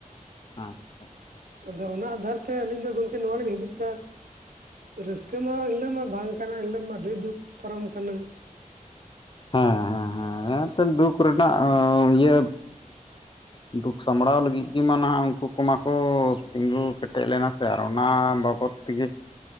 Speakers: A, on the left; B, on the right.
A: ᱟᱪᱪᱷᱟ ᱟᱪᱪᱷᱟ᱾
B: ᱟᱫᱚ ᱚᱱᱟ ᱟᱫᱷᱟᱨ ᱛᱮ ᱟᱹᱞᱤᱧ ᱫᱚ ᱜᱚᱝᱠᱮ ᱱᱚᱣᱟ ᱞᱤᱧ ᱦᱩᱫᱤᱥ ᱮᱫᱟ ᱨᱟᱹᱥᱠᱟᱹ ᱢᱟ ᱮᱱᱦᱤᱞᱟᱹᱜ ᱢᱟ ᱵᱟᱝ ᱠᱟᱱᱟ ᱮᱱᱦᱤᱞᱟᱹᱜ ᱢᱟ ᱟᱹᱰᱤ ᱫᱩᱠ ᱯᱟᱨᱚᱢ ᱠᱟᱱᱟ᱾ ᱦᱩᱸ
A: ᱦᱮᱸ ᱦᱮᱸ ᱦᱮᱸ ᱮᱱᱛᱚ ᱫᱩᱠ ᱨᱮᱱᱟᱜ ᱦᱚᱸ ᱤᱭᱟᱹ ᱫᱩᱠ ᱥᱟᱢᱵᱽᱲᱟᱣ ᱞᱟᱹᱜᱤᱫ ᱜᱮᱢᱟ ᱱᱟᱦᱟᱜ ᱩᱱᱠᱩ ᱠᱚᱢᱟᱠᱚ ᱛᱤᱸᱜᱩ ᱠᱮᱴᱮᱡ ᱞᱮᱱᱟ ᱥᱮ ᱟᱨ ᱚᱱᱟ ᱵᱟᱵᱚᱛ ᱛᱤᱜᱤᱛ